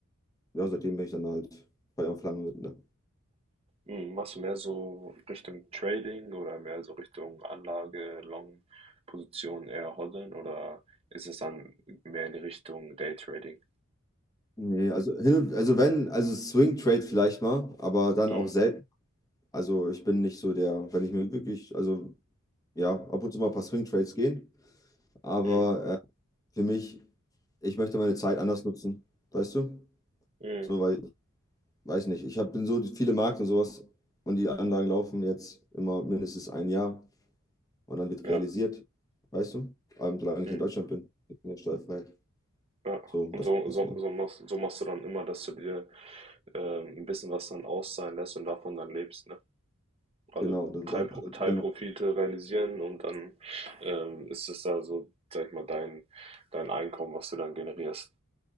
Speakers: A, on the left (about 15°); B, on the right (about 30°).
A: ja, seitdem bin ich dann halt Feuer und Flamme mit. Ne?
B: Mhm. Machst du mehr so Richtung Trading oder mehr so Richtung Anlage, Long-Position eher hoddeln oder ist es dann mehr in die Richtung Daytrading?
A: Nee, also, hin und- also wenn, also Swing Trade vielleicht mal, aber dann
B: Mhm.
A: auch selten. Also ich bin nicht so der, wenn ich mir wirklich, also ja, ab und zu mal ein paar Swing Trades gehen, aber
B: Mhm.
A: äh, für mich, ich möchte meine Zeit anders nutzen, weißt du?
B: Mhm.
A: So, weil ich weiß nicht, ich hab, bin so viele Markt und sowas und die Anlagen laufen jetzt immer mindestens ein Jahr und dann wird
B: Ja.
A: realisiert, weißt du? Ähm, solange ich
B: Mhm.
A: in Deutschland bin, in der Steuerfreiheit.
B: Ja.
A: So,
B: Und
A: das
B: so,
A: ist,
B: so,
A: ne?
B: so machst, so machst du dann immer, dass du dir ähm, ein bisschen was dann auszahlen lässt und davon dann lebst, ne? Also
A: Genau, das,
B: Teilpro
A: das,
B: Teilprofite
A: genau.
B: realisieren und dann ähm, ist es da so, sag ich mal, dein, dein Einkommen, was du dann generierst.